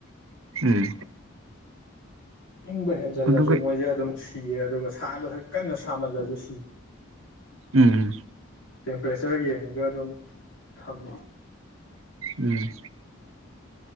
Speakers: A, on the right; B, on the left.
A: ꯎꯝ
B: ꯏꯪꯕ ꯍꯦꯟꯖꯜꯂꯁꯨ
A: ꯑꯗꯨꯒ
B: ꯃꯣꯏꯁꯦ ꯑꯗꯨꯝ ꯁꯤꯌꯦ ꯑꯗꯨꯒ ꯁꯥꯗ ꯀꯟꯅ ꯁꯥꯃꯜ ꯂꯁꯨ ꯁꯤ
A: ꯎꯝ
B: ꯇꯦꯝꯄꯔꯦꯆꯔ ꯌꯦꯡꯉꯒ ꯑꯗꯨꯝ ꯊꯝꯃꯤ
A: ꯎꯝ